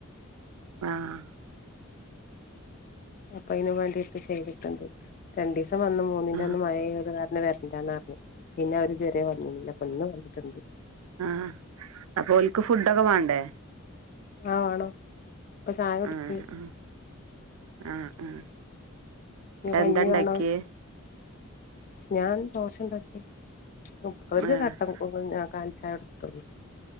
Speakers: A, on the right; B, on the left.
A: ആഹ്.
B: അപ്പൊ അയ്നും വേണ്ടിട്ട് ചെയ്തിട്ണ്ട്. രണ്ടീസം വന്ന് മൂന്നിന്റെന്ന്
A: ആഹ്
B: മഴെയ്തത് കാരണം പിന്നെ വരണ്ടാന്നർഞ്ഞ് പിന്നെ അവര് ഇത്‌വരെ വന്നീല്ല ഇപ്പൊ ഇന്ന് വന്ന്ട്ട്ണ്ട്.
A: ആഹാ അപ്പോൽക്ക് ഫുഡൊക്കെ വാണ്ടേ?
B: ആഹ് വേണം ഇപ്പൊ ചായ കൊടുത്ത്
A: ആഹ് ആഹ്. ആഹ് ആഹ്
B: ഇനി
A: എന്താണ്ടാക്ക്യോ?
B: കഞ്ഞി വേണോ ഞാൻ ദോശണ്ടാക്കി അവര്ക്ക്
A: ഏഹ്
B: കട്ടൻ <unintelligible> കാൽചായ കൊട്ത്ത്ട്ടൊള്ളൂ.